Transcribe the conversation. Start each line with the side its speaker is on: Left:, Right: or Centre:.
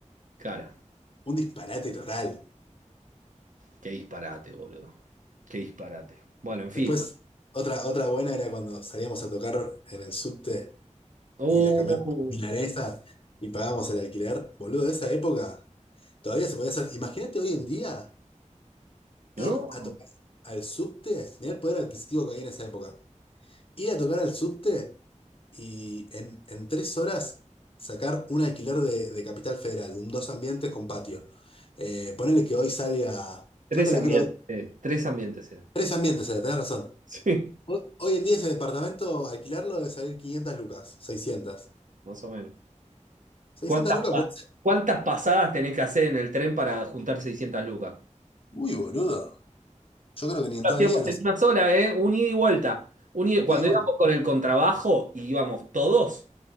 Right: Cara,
Left: Un disparate total.
Right: qué disparate, boludo. Qué disparate. Bueno, en fin.
Left: Después, otra, otra buena era cuando salíamos a tocar en el subte
Right: Oh,
Left: y las cambiamos por milanesas y pagamos el alquiler. Boludo, de esa época todavía se podía hacer. Imagínate hoy en día
Right: no.
Left: ir a tocar al subte. Mirá el poder adquisitivo que había en esa época. Ir a tocar al subte y en, en tres horas sacar un alquiler de, de Capital Federal, un dos ambientes con patio. Eh, ponele que hoy salga.
Right: Tres
Left: No te la
Right: ambientes,
Left: quiero hoy.
Right: eh, tres ambientes era.
Left: Tres
Right: <laughs>
Left: ambientes, era, tenés razón.
Right: Sí,
Left: Hoy hoy en día ese departamento, alquilarlo debe salir 500 lucas, 600.
Right: más o menos.
Left: 600
Right: ¿Cuántas,
Left: lucas
Right: pa-
Left: puede ser.
Right: cuántas pasadas tenés que hacer en el tren para juntar 600 lucas?
Left: Uy, boludo. Yo creo que ni en
Right: Lo
Left: todo
Right: Hacíamos
Left: el día los.
Right: en una sola, ¿eh? Un ida y vuelta. Un ida- Cuando
Left: Y de vuelta.
Right: íbamos con el contrabajo, íbamos todos.